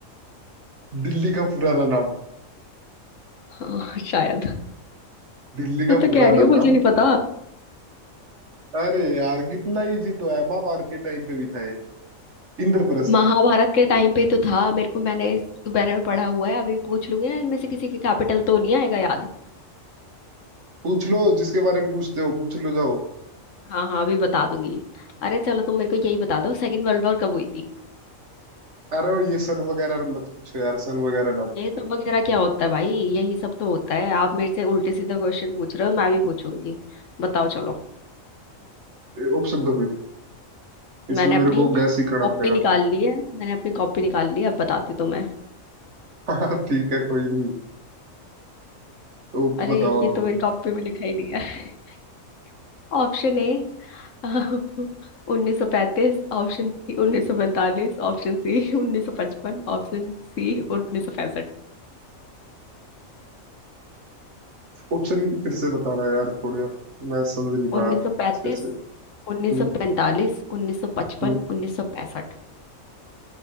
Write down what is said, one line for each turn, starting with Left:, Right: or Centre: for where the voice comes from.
Right: दिल्ली का पुराना नाम
Left: हाँ शायद
Right: दिल्ली
Left: मैं
Right: का
Left: तो
Right: पुराना
Left: कह रही हूँ मुझे
Right: नाम
Left: नहीं पता
Right: अरे यार कितना इजी तो है महाभारत के टाइम पे भी था ये इंद्रप्रस्थ
Left: महाभारत के टाइम पे तो था मेरे को मैंने इस बारे में पढ़ा हुआ है अभी पूछ लूंगी ना इनमें से किसी के कैपिटल तो नहीं आएगा याद
Right: पूछ लो जिसके बारे में पूछते हो पूछ लो जाओ
Left: हाँ हाँ अभी बता दूंगी अरे चलो तुम मेरे को यही बता दो सेकंड वर्ल्ड वॉर कब हुई थी
Right: अरे वो ये सन वगैरह मत पूछो यार सन वगैरह ना पूछो
Left: ये सब वगैरह क्या होता है भाई यही सब तो होता है आप मेरे से उल्टे सीधे क्वेश्चन पूछ रहे हो मैं भी पूछूंगी बताओ चलो
Right: ऑप्शन तो फिर इसमें
Left: मैंने
Right: मेरे
Left: अपनी
Right: को गैस ही करना
Left: कॉपी
Right: पड़ेगा
Left: निकाल ली है मैंने अपनी कॉपी निकाल ली है, अब बताती हूँ तुम्हें
Right: हाँ ठीक है कोई नहीं तो
Left: अरे
Right: बताओ
Left: ये
Right: आप
Left: तो मेरी कॉपी में लिखा ही नहीं है <laughs> ऑप्शन ए <laughs> उन्नीस सौ पैंतीस option B उन्नीस सौ पैंतालीस option C उन्नीस सौ पचपन option C उन्नीस सौ पैंसठ।
Right: ऑप्शन फिर से बताना यार थोड़े मैं समझ नहीं पाया
Left: उन्नीस
Right: अच्छे
Left: सौ पैंतीस
Right: से हम्म
Left: उन्नीस सौ पैंतालीस उन्नीस सौ पचपन
Right: हम्म
Left: उन्नीस सौ पैंसठ